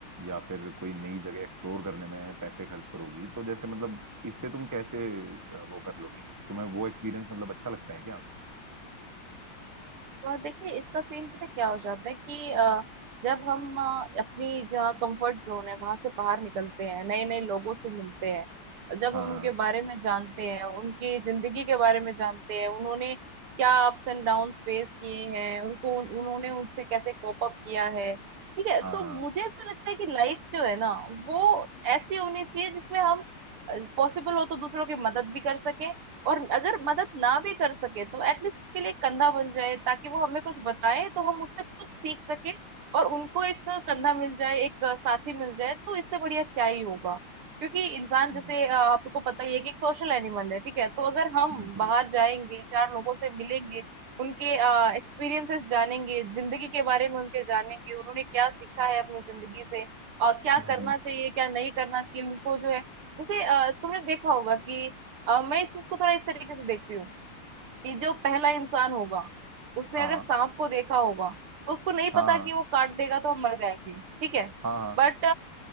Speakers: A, on the right; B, on the right.
A: या फिर कोई नई जगह एक्सप्लोर करने में पैसे खर्च करोगी तो जैसे मतलब इससे तुम कैसे अ, वो कर लोगी तुम्हें वो एक्सपीरियंस मतलब अच्छा लगता है क्या
B: और देखिए इसका सीन पता क्या हो जाता है कि अ, जब हम अ, अपनी जहाँ कंफर्ट जोन है वहां से बाहर निकलते हैं नए नए लोगों से मिलते हैं जब
A: हाँ
B: हम उनके बारे में जानते हैं उनकी जिंदगी के बारे में जानते हैं उन्होंने क्या अप्स एंड डाउन फेस किए हैं उनको उन, उन्होंने उनसे कैसे कोप अप किया है ठीक है
A: हाँ
B: तो
A: हाँ
B: मुझे ऐसा लगता है कि लाइफ जो है ना वो ऐसी होनी चाहिए जिसमें हम पॉसिबल हो तो दूसरों की मदद भी कर सकें और अगर मदद ना भी कर सके तो एटलीस्ट के लिए कंधा बन जाए ताकि वो हमें कुछ बताए तो हम उससे कुछ सीख सके और उनको एक कंधा मिल जाए एक साथी मिल जाए तो इससे बढ़िया क्या ही होगा क्योंकि इंसान
A: हम्म
B: जैसे अ, आपको पता ही है कि एक सोशल एनिमल है ठीक है तो अगर हम
A: बिल्कुल
B: बाहर जाएंगे चार लोगों से मिलेंगे उनके एक्सपीरियंसेस जानेंगे जिंदगी के बारे में उनके जानेंगे उन्होंने क्या सीखा है अपनी जिंदगी से अ, क्या
A: हम्म
B: करना चाहिए क्या नहीं करना चाहिए उनको जो है जैसे अ, तुमने देखा होगा कि अ, मैं इस चीज को थोड़ा इस तरीके से देखती हूँ कि जो पहला इंसान होगा उसने
A: हाँ
B: अगर सांप को देखा होगा तो उसको नहीं
A: हाँ
B: पता कि वो काट देगा तो हम मर जाएंगे ठीक है
A: हाँ हाँ
B: बट